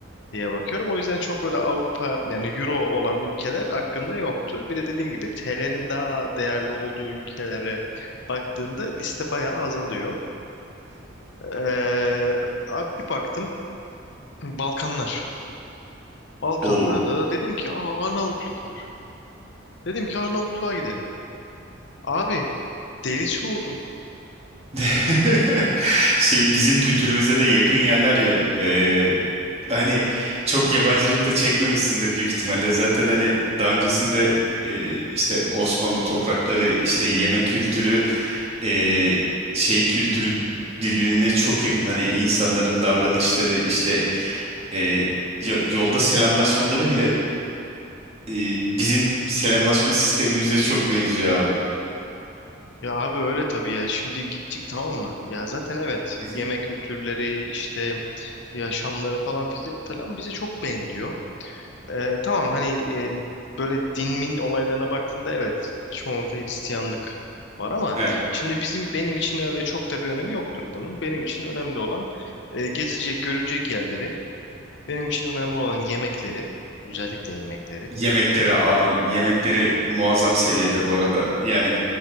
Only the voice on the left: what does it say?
diye bakıyorum. O yüzden çok böyle Avrupa yani Euro olan ülkeler hakkında yoktu. Bir de dediğim gibi TL'nin daha değerli olduğu ülkelere baktığında liste bayağı azalıyor. Ee, abi bir baktım Balkanlar. Balkanlarda
da dedim ki Aa, Arnavutluk var. Dedim ki Arnavutluğa gidelim. Abi delisi oldum.
Ya abi öyle tabii ya. Şimdi gittik tamam mı? Ya zaten evet
yemek kültürleri işte yaşamları falan fize- falan bize çok benziyor. Ee, tamam hani e, böyle din min olaylarına baktığında evet çoğunlukla Hristiyanlık var ama
şimdi bizim benim için öyle çok da bir önemi yoktur bunun. Benim için önemli olan e, gezilecek, görülecek yerleri. Benim için önemli olan yemekleri, özellikle yemekleri.